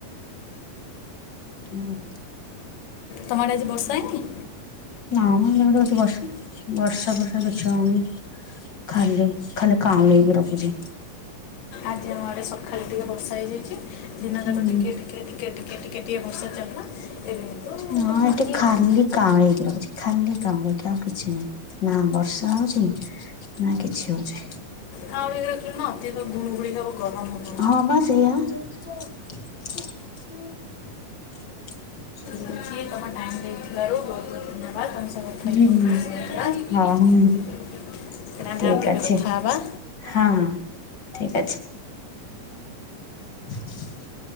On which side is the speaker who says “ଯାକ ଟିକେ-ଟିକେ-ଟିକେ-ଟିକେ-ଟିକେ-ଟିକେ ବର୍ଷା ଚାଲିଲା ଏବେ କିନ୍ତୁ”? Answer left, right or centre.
Left